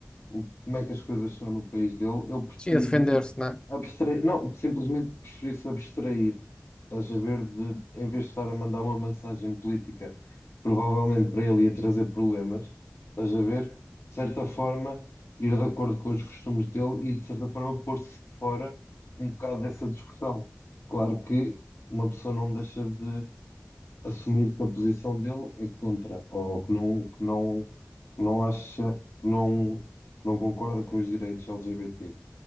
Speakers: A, on the left (about 65°); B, on the left (about 20°).
A: o, como é que as coisas são no país dele, ele preferir
B: Sim, a defender-se,
A: do tipo
B: né?
A: abstrair, não, simplesmente preferir-se abstrair. Estás a ver, de, em vez de estar a mandar uma mensagem política, provavelmente para ele ia trazer problemas, estás a ver, de certa forma, ir de acordo com os costumes dele e, de certa forma, pôr-se de fora um bocado dessa discussão. Claro que uma pessoa não deixa de assumir que a posição dele é contra, ou que não, que não, que não acha, que não, que não concorda com os direitos LGBT.